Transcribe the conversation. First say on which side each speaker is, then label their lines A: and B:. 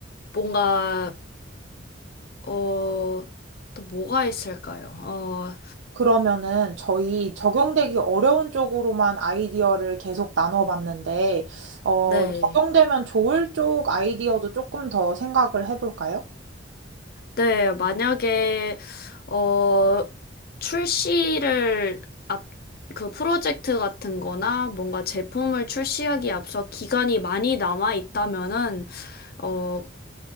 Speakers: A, on the left (about 50°); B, on the right (about 75°).
A: 뭔가 어, 또 뭐가 있을까요? 어,
B: 그러면은 저희 적용되기 어려운 쪽으로만 아이디어를 계속 나눠봤는데 어
A: 네.
B: 적용되면 좋을 쪽 아이디어도 조금 더 생각을 해볼까요?
A: 네, 만약에, 어, 출시를 앞, 그 프로젝트 같은 거나 뭔가 제품을 출시하기 앞서 기간이 많이 남아 있다면은, 어,